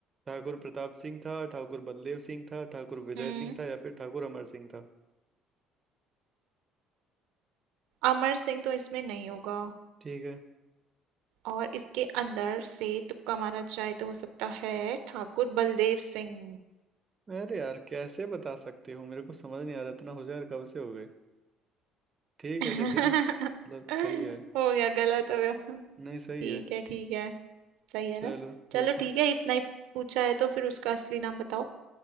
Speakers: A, on the right; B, on the right.
A: ठाकुर प्रताप सिंह था ठाकुर बलदेव सिंह था ठाकुर विजय
B: हम्म
A: सिंह था या फिर ठाकुर अमर सिंह था
B: अमर सिंह तो इसमें नहीं होगा
A: ठीक है
B: और इसके अंदर से तुक्का मारा जाए तो हो सकता है ठाकुर बलदेव सिंह
A: अरे यार कैसे बता सकते हो मेरे को समझ नहीं आ रहा इतना हो जाए यार कब से हो गए ठीक
B: <laughs>
A: है लेकिन मतलब सही है
B: हो गया गलत हो गया
A: नहीं सही
B: ठीक
A: है
B: है ठीक है सही है
A: चलो
B: ना
A: पूछो
B: चलो ठीक है इतना ही पूछा है तो फिर उसका असली नाम बताओ